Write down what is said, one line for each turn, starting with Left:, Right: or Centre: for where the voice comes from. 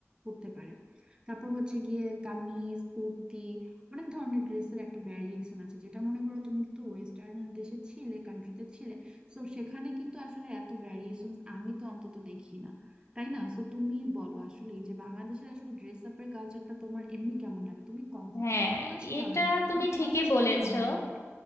Right: পরতে পারে তারপর হচ্ছে গিয়ে কামিজ কুর্তি অনেক ধরনের ড্রেসের একটা ভ্যারিয়েশন আছে যেটা মনে করো তুমি তো ওয়েস্টার্ন দেশে ছিলে কান্ট্রিতে ছিলে তো সেখানে কিন্তু আসলে এত ভ্যারিয়েশন আমি তো অন্তত দেখি না তাই না তো তুমি বলো আসলে যে বাংলাদেশের আসলে ড্রেস আপের কালচারটা তোমার এমনি কেমন লাগে তুমি কমফোর্ট
Left: হ্যাঁ
Right: ফিল করো না সেটা
Left: এটা
Right: আলাদা কথা
Left: তুমি
Right: কিন্তু
Left: ঠিকই
Right: তোমার কাছে
Left: বলেছো
Right: এমনি কেমন লাগে